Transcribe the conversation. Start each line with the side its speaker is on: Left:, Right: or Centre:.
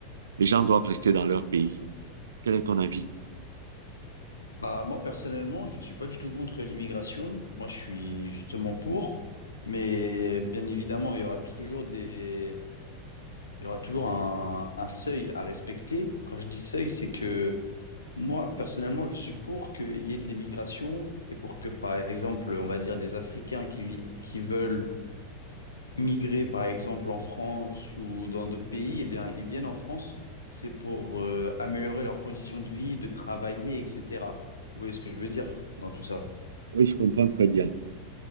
Right: les gens doivent rester dans leur pays? Quel est ton avis?
Left: Bah, moi, personnellement, je ne suis pas du tout contre l'immigration. Moi, je suis justement pour. Mais bien évidemment, il y aura toujours des... il y aura toujours un, un seuil à respecter. Quand je dis seuil, c'est que moi, personnellement, je suis pour qu'il y ait de l'immigration et pour que, par exemple, on va dire des Africains qui, vi- qui veulent migrer, par exemple, en France ou dans d'autres pays, eh bien, ils viennent en France. C'est pour euh, améliorer leurs conditions de vie, de travailler, etc. Vous voyez ce que je veux dire dans tout ça?
Right: Oui, je comprends très bien.